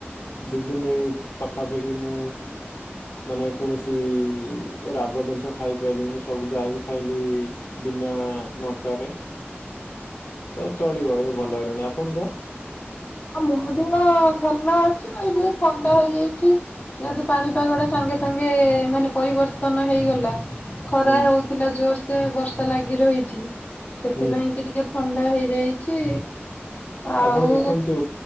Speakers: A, on the left; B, on the left.
A: ଦି ଦିନ ପାଖାପାଖି ମୁଁ ମାନେ କୌଣସି ରାଗ ଜିନିଷ ଖାଇପାରିଲିନି ସବୁ ଯାହା ବିି ଖାଇଲି ବିନା ନଙ୍କା ରେ ତ ଚଳିବ ଏବେ ଭଲ ହେଇଲାଣି ଆପଣ ଦେଅ?
B: ଆଉ ମହଦିନ ଭଲ ଅଛି ଏଇ ଟିକେ ଥଣ୍ଡା ହେଇଯାଇଛି। ଯହେତୁ ପାଣିପାଗ ଟା ସାଙ୍ଗେ ସାଙ୍ଗେ ମାନେ ପରିବର୍ତ୍ତନ ହେଇଗଲା ଖରା
A: ହୁଁ।
B: ହଉଥିଲା ଜୋର ସେ ବର୍ଷା ଲାଗି ହିଛି ସେଥିପାଇଁ
A: ହୁଁ
B: କି ଟିକେ ଥଣ୍ଡା ହେଇଯାଇଛି। ଆଉ
A: ଆପଣ ଦେଖନ୍ତୁ